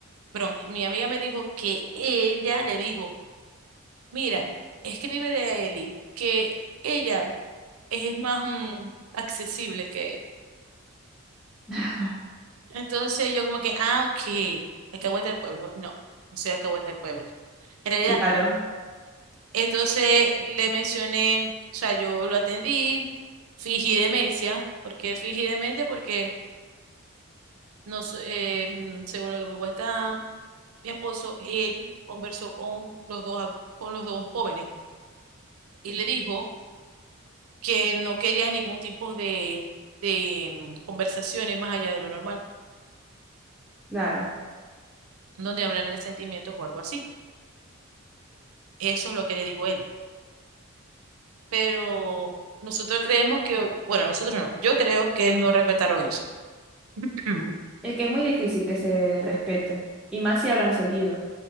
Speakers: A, on the right (about 80°); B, in the centre.
A: pero mi amiga me dijo que ella le dijo, mira, escríbele a Eli que ella es más mm, accesible que él.
B: <laughs>
A: Entonces yo como que, ah, ok, Alcahuete del pueblo. No, no soy Alcahuete del pueblo. En realidad,
B: Claro,
A: no. entonces le mencioné, o sea, yo lo atendí, fingí demencia. ¿Por qué fingí demencia? Porque Nos, eh, mm, según lo que me cuesta mi esposo, él conversó con los dos, ad- con los dos jóvenes y le dijo que no quería ningún tipo de, de mm, conversaciones más allá de lo normal,
B: claro.
A: donde hablaran de sentimientos o algo así. Eso es lo que le dijo él. Pero nosotros creemos que, bueno, nosotros no, yo creo que no respetaron eso. <clears throat>
B: Es que es muy difícil que se respete. Y más si hablan seguido.